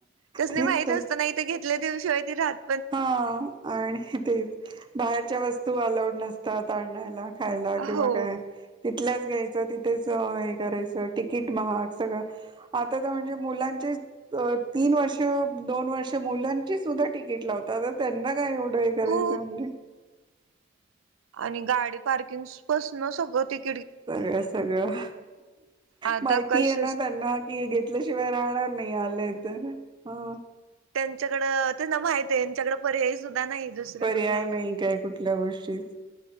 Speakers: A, on the right (about 75°); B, on the right (about 25°).
A: त्यासनी
B: तेच
A: माहीत
B: तर
A: असतना घेतल्याशिवाय ते राहात नाही
B: हा आहे तेच बाहेरच्या वस्तू अलाउड नसतात आणायला खायला किव्हा
A: हो
B: काय त तिथलच घ्यायचं तिथेच हे करायचं तिकीट महाग सगळं आता म्हणजे मुलांची तीन वर्ष दोन वर्ष मुलांची सुद्धा तिकट तिकिट काढायला लावतात. तर त्यांना काय एवढं हे करायचं
A: हो
B: यांनी म्हणजे
A: आणि गाडी पार्किंग पासून सगळं तिथलं
B: सगळं सगळं
A: आता
B: माहिती
A: कसेच
B: आहे. ना त्यांना कि घेतल्याशिवाय राहणार नाही. आलंय तर हा
A: त्यांच्याकडे त्यांना माहिती आहे. यांच्याकडून पर्याय सुद्धा नाही दुसरा
B: पर्याय
A: कुठला.
B: नाही. काय कुठल्या गोष्टीच